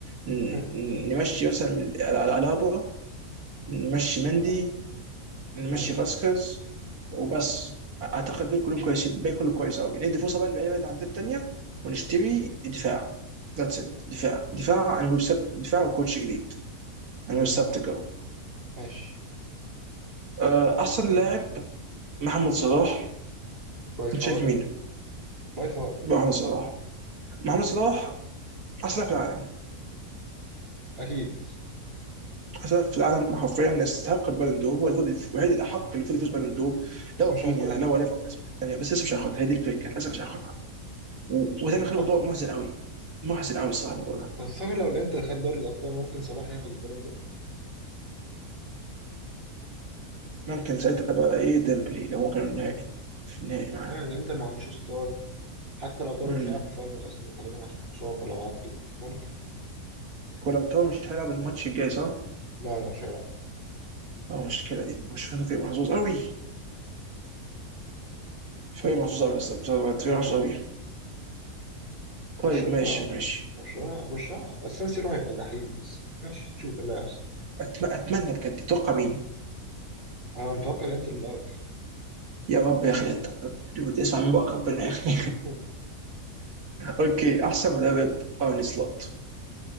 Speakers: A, on the right; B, on the right.
A: ن-
B: هم.
A: نمشي مثلا ال- ال- الابا نمشي
B: <laughs>
A: مندي
B: اه
A: نمشي
B: مندي
A: فاسكيز وبس اعتقد دول كلهم كويسين الباقي كله كويس قوي ندي فرصه بقى للعيبه اللي عندنا التانيه ونشتري
B: آه،
A: دفاع ذاتس ات دفاع دفاع عن ويب سيت دفاع وكوتش جديد
B: آه،
A: عن ويب سيت
B: آه،
A: جو
B: ماشي
A: آه، احسن
B: اوكي
A: لاعب محمد صلاح
B: باي فار
A: انت شايف مين؟
B: باي فار باي
A: محمد صلاح محمد صلاح احسن لاعب في العالم
B: اكيد
A: احسن لاعب في العالم حرفيا يستحق البالون دور هو المفروض الوحيد الاحق اللي المفروض يفوز بالون دور
B: بس
A: لا رافينيا
B: مش هياخدها
A: لا ليفا يعني بس لسه مش هياخدها هي دي الفكره للاسف مش هياخدها و-
B: عشان
A: وده اللي
B: ما
A: خلى
B: خدش
A: الموضوع محزن قوي محزن قوي الصراحه الموضوع ده
B: بس فاكر لو الانتر خد دوري الابطال ممكن صلاح ياخد البالون دور
A: ممكن ساعتها بقى ايه ديمبلي لو هو كان النهائي في النهائي معاه
B: يعني الانتر ما عندوش ستار حتى لو طاروا
A: امم
B: مش هيلعب الفاينل اصلا غالبا عشان الاصابه لو عدوا ممكن
A: ولو تاو مش هيلعب الماتش الجاي صح؟
B: لا لا مش هيلعب
A: اه مشكله دي مش هو فريق محظوظ قوي فريق محظوظ قوي بس فريق
B: امم
A: محظوظ قوي طيب
B: برشلونه
A: ماشي ماشي
B: برشلونه برشلونه السان سيرو هيبقى جحيم بس ماشي تشوف ايه اللي هيحصل
A: أتم... اتمنى بجد تتوقع مين؟
B: انا متوقع الانتر من الاول
A: يا رب يا اخي انت اسمع من بقى ربنا يا اخي
B: مم.
A: اوكي احسن مدرب ارني سلوت